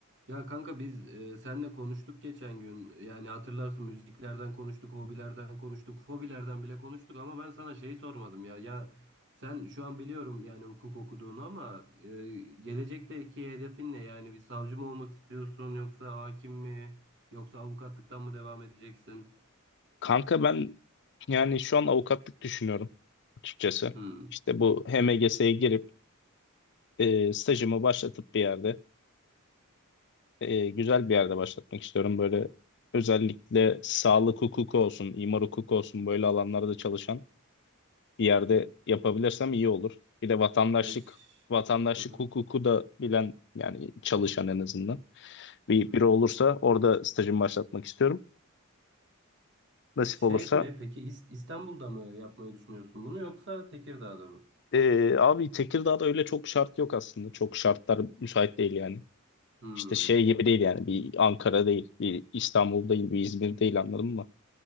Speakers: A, on the right (about 60°); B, on the left (about 55°).
A: Ya kanka biz e, senle konuştuk geçen gün. Yani hatırlarsın müziklerden konuştuk, hobilerden konuştuk, fobilerden bile konuştuk ama ben sana şeyi sormadım ya. Ya sen şu an biliyorum yani hukuk okuduğunu ama e, gelecekteki hedefin ne? Yani bir savcı mı olmak istiyorsun yoksa hakim mi yoksa avukatlıktan mı devam edeceksin?
B: Kanka ben yani şu an avukatlık düşünüyorum açıkçası.
A: Hmm.
B: İşte bu HMGS'ye girip e, stajımı başlatıp bir yerde e, güzel bir yerde başlatmak istiyorum. Böyle özellikle sağlık hukuku olsun, imar hukuku olsun böyle alanlarda çalışan bir yerde yapabilirsem iyi olur. Bir de vatandaşlık
A: Ya ş-
B: vatandaşlık
A: Hı hı.
B: hukuku da bilen yani çalışan en azından bir
A: Hmm.
B: biri olursa orada stajımı başlatmak istiyorum. Nasip
A: Şey
B: olursa
A: mi peki İs- İstanbul'da mı yapmayı düşünüyorsun bunu yoksa Tekirdağ'da mı?
B: Ee, abi Tekirdağ'da öyle çok şart yok aslında. Çok şartlar müsait değil yani.
A: Hmm.
B: İşte şey gibi değil yani. Bir Ankara değil, bir İstanbul değil, bir İzmir değil anladın mı?